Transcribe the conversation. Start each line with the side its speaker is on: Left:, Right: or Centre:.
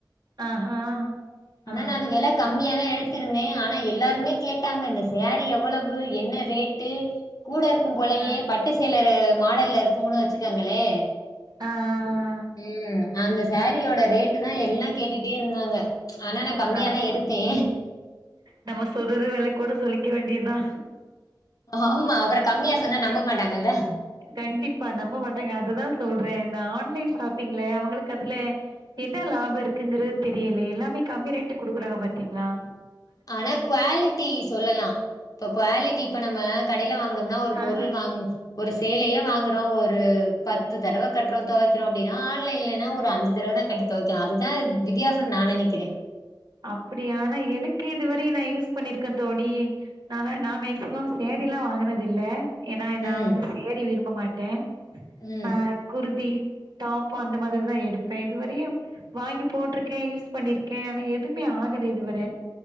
Right: ஆஹா
Left: ஆனா
Right: அ
Left: நா அது வெல கம்மியாதா எடுத்திருந்தே ஆனா எல்லாருமே கேட்டாங்க இந்த சாரி எவ்வளவு என்ன ரேட் ட்டு கூட இருக்கும் போலயே
Right: ஆ
Left: பட்டு சேலர மாடல்ல இருக்கும்னு வச்சுகேங்களே
Right: அ அ அ அ
Left: ம் அந்த சாரியோடா ரேட்டு்தா எல்லாங் கேட்டுட்டே இருந்தாங்க ஆனா நாங் கம்மியாதா
Right: ஆ
Left: எடுத்தே
Right: ஆ நம்ம சொல்றது வெலக்கூட சொல்லிக்க வேண்டியதா
Left: ஆமா அப்றோ கம்மியா சொன்னா நம்ப மாட்டாங்கல்ல
Right: கண்டிப்பா நம்ப மாட்டாங்க அததா சொல்றே இந்த ஆன்லைன் ஷாப்பிங்ல அவங்களுக்கு அதுல என்ன லாபோ இருக்குங்கறது தெரியல எல்லாமே கம்மி ரேட்டுக் குடுக்கறாங்க பாத்தீங்ளா
Left: ஆனா குவாலிட்டி சொல்லலா இப்ப குவாலிட்டி இப்ப நம்ம கடைல வாங்ணும்னா ஒரு
Right: ஆ
Left: பொருள் வாங்கு ஒரு சேலையே வாங்கறோ ஒரு பத்து தடவக் கட்றோ தொவைக்றோ அப்டினா ஆன்லைன்- இல்லைனா ஒரு அஞ்சு தரவதா கட்டி தொவைக்லா அதுதா வித்தியாசன் நா நெனைக்றே
Right: அப்டியா! ஆனா எனக்கு இதுவரை நா யூஸ் பண்ணிருக்கேந் தோடி நாலா நா மேக்சிமம் சாரிலா வாங்கனது இல்ல ஏனா நா
Left: ம்
Right: வந்து சேரி விரும்ப மாட்டே
Left: ம்
Right: ஆ குருதி டாப் அந்த மாரிதா எடுப்ப இதுவரையு வாங்கி போட்டிருக்கேன் யூஸ் பண்ணிருக்கேன் ஆனா எ எதுமே ஆகல இதுவரை